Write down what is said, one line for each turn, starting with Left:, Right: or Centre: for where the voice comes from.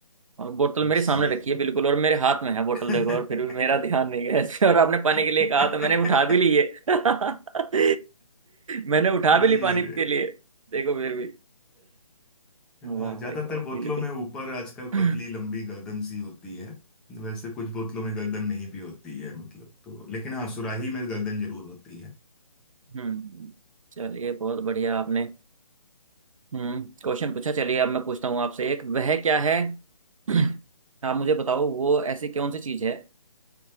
Right: और बोतल मेरे सामने
Centre: जी
Right: रखी है बिल्कुल और मेरे हाथ में है बोतल
Centre: <laughs>
Right: देखो और फिर भी मेरा ध्यान नहीं गया इसमें और आपने पानी
Centre: <laughs>
Right: के लिए कहा तो मैंने उठा भी ली है <laughs> मैंने उठा भी
Centre: जी
Right: ली पानी
Centre: रे
Right: के लिए देखो फिर भी
Centre: हाँ,
Right: वाह
Centre: ज्यादातर
Right: भाई वाह
Centre: बोतलों
Right: बिल्कुल
Centre: में ऊपर आजकल
Right: हम्म
Centre: पतली लंबी गर्दन सी होती है वैसे कुछ बोतलों में गर्दन नहीं भी होती है मतलब तो लेकिन हाँ सुराही में गर्दन जरूर होती है
Right: हम्म चलिए बहुत बढ़िया आपने हम्म क्वेश्चन पूछा चलिए अब मैं पूछता हूँ आपसे एक वह क्या है <clears throat> आप मुझे बताओ वो ऐसी कौन सी चीज़ है